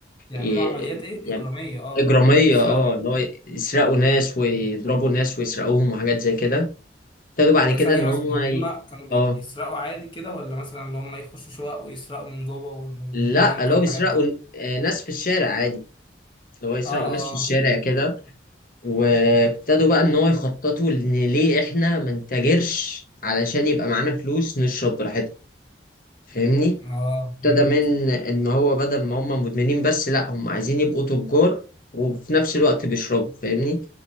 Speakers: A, on the left; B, on the left.
A: يعملوا
B: ي...
A: عمليات ايه
B: يعني
A: اجراميه اه
B: إجرامية
A: آه، مش بيسرقوا
B: اه
A: يعني
B: إن هو يسرقوا ناس ويضربوا ناس ويسرقوهم وحاجات زي كده ابتدوا بعد
A: ده
B: كده
A: ثانية
B: إن
A: بس
B: هم
A: يعني
B: ي...
A: هما كانوا بيسرقوا
B: اه
A: عادي كده ولا مثلا اللي هما يخشوا شقق ويسرقوا من جوه والبنك
B: لا اللي
A: والحاجات
B: هو بيسرقوا
A: دي
B: ن- آه، ناس في الشارع عادي اللي هو يسرقوا
A: اه اه
B: ناس في الشارع
A: فهمت
B: كده وابتدوا بقى ان هو يخططوا ان ليه احنا ما نتاجرش علشان يبقى معانا فلوس نشرب براحتنا فاهمني
A: اه فهمت
B: ابتدى من ان هو بدل ما هم مدمنين بس لا هم عايزين يبقوا تجار وفي نفس الوقت بيشربوا فاهمني